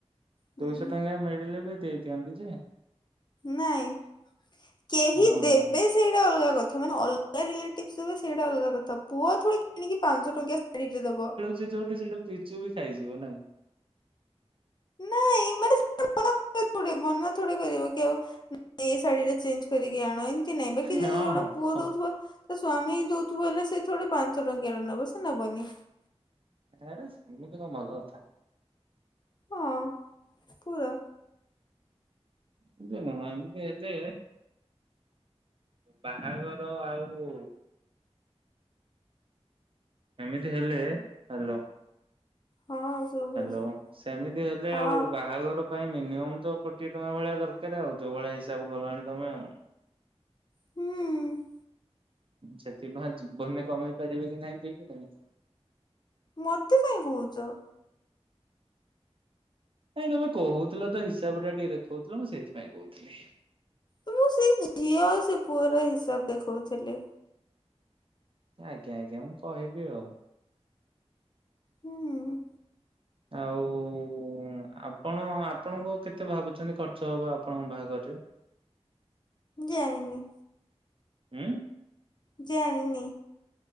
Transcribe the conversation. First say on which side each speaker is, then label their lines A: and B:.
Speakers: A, on the left; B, on the right.
A: ହୁଁ
B: ଦୁଇଶ ଟଙ୍କିଆ ମିଳିଲେ ବି ଦେଇଦିଅନ୍ତି ଯେ।
A: ନାଇଁ। କେହି
B: ହଁ
A: ଦେବେ ସେଇଟା ଅଲଗା କଥା, ମାନେଅଲଗା ରିଲେଟି ଟିଭ୍ସ ଦେବେ, ସେଇଟା ଅଲଗା କଥା। ପୁଅ ଥୋଡ଼ି କିଣିକି ପାଆଁଶ ଟଙ୍କିଆ ଶାଢୀଟେ ଦବ।
B: ଯେ ଯୋଉଠି ସେଉଠୁ ପିଚୁ ବି ଖାଇଯିବ ନା।
A: ନାଇଁ, ମାନେ <unintelligible> <unintelligible> ମନା ଥୋଡ଼ି କରିବ କି ଆଉ ଏଇ ଶାଢୀ ଟା ଚେଞ୍ଜ କରିକି ଆଣ। କି ନାଇଁ, ବାକି
B: ହଁ
A: ଯଦି ଯୋଉଟା
B: ହଁ
A: ପୁଅ
B: ହଁ
A: ଦଉଥିବ ତା ସ୍ଵାମୀ ଦଉଥିବ, ହେଲେ ସେ ଥୋଡୀ ପାଆଁଶ ଟଙ୍କିଆ ଟେ ନବ, ସେ ନବନି।
B: ଆରେ ସେମିତି କଣ ଭଲ କଥା।
A: ହଁ, ପୁରା।
B: <unintelligible> ଏମତି ହେଲେ ବାହାଘର ଆଉ ଏମିତି ହେଲେ, ହ୍ୟାଲୋ।
A: ହଁ ଶୁଭୁଛି
B: ହ୍ୟାଲୋ, ସେମିତି ହେଲେ
A: ହଁ।
B: ଆଉ ବାହାଘର ପାଇଁ ମିନିମମ୍ ତ କୋଟିଏ ଟଙ୍କା ଭଳିଆ ଦରକାର ଆଉ, ଯୋଉ ଭଳିଆ ହିସାବ କଲଣି ତମେ ଆଉ।
A: ହୁଁ।
B: ସେତିକି ଟଙ୍କା ଜୀବନରେ କମେଇ ପାରିବି କି ନାହିଁ, ଠିକ୍ ନାଇଁ।
A: ମତେ କାଇଁ କୁହୁଚ।
B: ନାଇଁ, ତମେ କହୁଥିଲ ତ, ହିସାବ ଟା ଟିକେ ଦେଖୋଉଥିଲ, ମୁଁ ସେଇଥିପାଇଁ କହୁଥିଲି।
A: ମୁଁ ସେଇ ଝିଅ ଆଉ ସେ ପୁଅର ହିସାବ ଦେଖୋଉଥିଲି।
B: ଆଜ୍ଞା, ଆଜ୍ଞା, ମୁଁ କହିବି ଆଉ।
A: ହୁଁ।
B: ଆଉ ହୁଁ, ଆପଣ, ଆପଣଙ୍କୁ କେତେ ଭାବୁଛନ୍ତି ଖର୍ଚ୍ଚ ହବ, ଆପଣଙ୍କ ବାହାଘରରେ?
A: ଜାଣିନି।
B: ଉଁ।
A: ଜାଣିିନି।